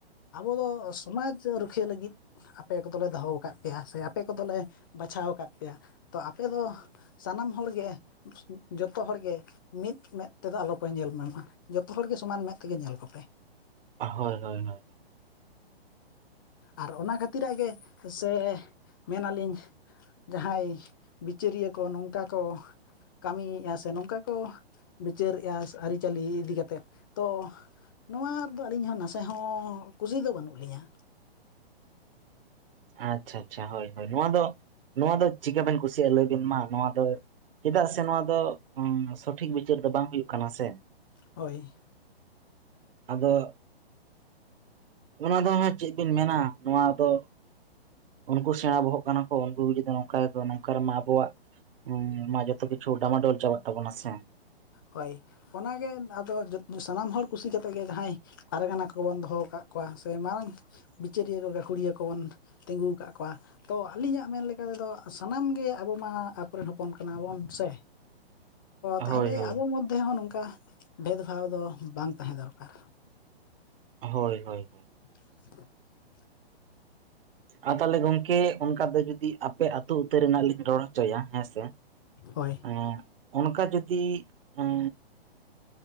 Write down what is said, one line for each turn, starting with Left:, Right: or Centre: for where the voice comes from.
Left: ᱟᱵᱚ ᱫᱚ ᱥᱚᱢᱟᱡᱽ ᱨᱩᱠᱷᱭᱤᱭᱟᱹ ᱞᱟᱹᱜᱤᱫ᱾ ᱟᱯᱮ ᱠᱚᱫᱚᱞᱮ ᱫᱚᱦᱚ ᱠᱟᱫ ᱯᱮᱭᱟ ᱥᱮ ᱟᱯᱮ ᱠᱚᱫᱚᱞᱮ ᱵᱟᱪᱷᱟᱣ ᱠᱟᱫ ᱯᱮᱭᱟ ᱛᱚ ᱟᱯᱮ ᱫᱚ᱾ ᱥᱟᱱᱟᱢ ᱦᱚᱲᱜᱮ ᱡᱚᱛᱚ ᱦᱚᱲᱜᱮ᱾ ᱢᱤᱫ ᱢᱮᱫ ᱛᱮᱫᱚ ᱟᱞᱚᱯᱮ ᱧᱮᱞ ᱢᱮᱢᱟ ᱡᱚᱛᱚ ᱦᱚᱲᱜᱮ ᱥᱚᱢᱟᱱ ᱢᱮᱫ ᱛᱮᱜᱮ ᱧᱮᱞ ᱠᱚᱯᱮ᱾
Right: ᱦᱳᱭ ᱦᱳᱭ ᱦᱳᱭ᱾
Left: ᱟᱨ ᱚᱱᱟ ᱠᱷᱟᱹᱛᱤᱨᱟᱜ ᱜᱮ ᱥᱮ ᱢᱮᱱᱟᱞᱤᱧ᱾ ᱡᱟᱦᱟᱸᱭ ᱵᱤᱪᱟᱹᱨᱤᱭᱟᱹ ᱠᱚ ᱱᱚᱝᱠᱟ ᱠᱚ᱾ ᱠᱟᱢᱤᱭᱮᱜ-ᱟ ᱥᱮ ᱱᱚᱝᱠᱟ ᱠᱚ ᱵᱤᱪᱟᱹᱨᱮᱜ-ᱟ ᱟᱨᱤ ᱪᱟᱞᱤ ᱤᱫᱤ ᱠᱟᱛᱮᱫ ᱛᱚ᱾ ᱱᱚᱣᱟ ᱨᱮᱫᱚ ᱟᱞᱤᱧ ᱦᱚᱸ ᱱᱟᱥᱮ ᱦᱚᱸ ᱠᱩᱥᱤ ᱫᱚ ᱵᱟᱱᱩᱜ ᱞᱤᱧᱟ᱾
Right: ᱟᱪᱪᱷᱟ ᱟᱪᱪᱷᱟ ᱦᱳᱭ ᱦᱳᱭ ᱱᱚᱣᱟ ᱫᱚ ᱱᱚᱣᱟ ᱫᱚ ᱪᱤᱠᱟᱹ ᱵᱮᱱ ᱠᱩᱥᱤᱜ-ᱟ ᱞᱟᱹᱭ ᱵᱤᱱ ᱢᱟ ᱱᱚᱣᱟ ᱫᱚ᱾ ᱪᱮᱫᱟᱜ ᱥᱮ ᱱᱚᱣᱟ ᱫᱚ ᱥᱚᱴᱷᱤᱠ ᱵᱤᱪᱟᱹᱨ ᱫᱚ ᱵᱟᱝ ᱦᱩᱭᱩᱜ ᱠᱟᱱᱟ ᱥᱮ᱾
Left: ᱦᱳᱭ᱾
Right: ᱟᱫᱚ᱾ ᱚᱱᱟ ᱫᱚ ᱦᱟᱸᱜ ᱪᱮᱫ ᱵᱤᱱ ᱢᱮᱱᱟ ᱱᱚᱣᱟ ᱫᱚ᱾ ᱩᱱᱠᱩ ᱥᱮᱸᱬᱟ ᱵᱚᱦᱚᱜ ᱠᱟᱱᱟ ᱠᱚ ᱩᱱᱠᱩ ᱡᱩᱫᱤ ᱱᱚᱝᱠᱟ ᱜᱮᱠᱚ ᱱᱚᱝᱠᱟ ᱨᱮᱢᱟ ᱟᱵᱚᱣᱟᱜ᱾ ᱢᱟ ᱡᱚᱛᱚ ᱠᱤᱪᱷᱩ ᱰᱟᱢᱟ ᱰᱳᱞ ᱪᱟᱵᱟᱜ ᱛᱟᱵᱚᱱᱟ ᱥᱮ᱾
Left: ᱦᱳᱭ ᱚᱱᱟᱜᱮ ᱟᱫᱚ ᱥᱟᱱᱟᱢ ᱦᱚᱲ ᱠᱩᱥᱤ ᱠᱟᱛᱮ ᱜᱮ ᱡᱟᱦᱟᱸᱭ᱾ ᱯᱟᱨᱜᱟᱱᱟ ᱠᱚᱵᱚᱱ ᱫᱚᱦᱚᱣ ᱠᱟᱜ ᱠᱚᱣᱟ ᱥᱮ ᱢᱟᱨᱟᱝ ᱵᱤᱪᱟᱹᱨᱤᱭᱟᱹ ᱠᱚ ᱜᱟᱹᱠᱷᱩᱲᱤᱭᱟᱹ ᱠᱚᱵᱚᱱ᱾ ᱛᱤᱸᱜᱩ ᱠᱟᱜ ᱠᱚᱣᱟ᱾ ᱛᱚ ᱟᱞᱤᱧᱟᱜ ᱢᱮᱱ ᱞᱮᱠᱟ ᱛᱮᱫᱚ ᱥᱟᱱᱟᱢ ᱜᱮ ᱟᱵᱚ ᱢᱟ ᱟᱠᱚᱨᱮᱱ ᱦᱚᱯᱚᱱ ᱠᱟᱱᱟᱵᱚᱱ ᱥᱮ᱾ ᱛᱟᱦᱞᱮ
Right: ᱦᱳᱭ ᱦᱳᱭ
Left: ᱟᱵᱚ ᱢᱚᱫᱽᱫᱷᱮ ᱦᱚᱸ ᱱᱚᱝᱠᱟ ᱵᱷᱮᱫᱽ ᱵᱷᱟᱣ ᱫᱚ ᱵᱟᱝ ᱛᱟᱦᱮᱸ ᱫᱚᱨᱠᱟᱨ᱾
Right: ᱦᱳᱭ ᱦᱳᱭ ᱦᱳᱭ᱾
Left: <inaudible>
Right: ᱟᱨ ᱛᱟᱦᱞᱮ ᱜᱚᱝᱠᱮ ᱚᱱᱠᱟ ᱫᱚ ᱡᱩᱫᱤ ᱟᱯᱮ ᱟᱛᱩ ᱩᱛᱟᱹᱨ ᱨᱮᱱᱟᱜ ᱞᱤᱧ ᱨᱚᱲ ᱦᱚᱪᱚᱭᱟ ᱦᱮᱸ ᱥᱮ᱾
Left: ᱦᱳᱭ
Right: ᱮᱸ ᱚᱱᱠᱟ ᱡᱩᱫᱤ ᱮᱸ᱾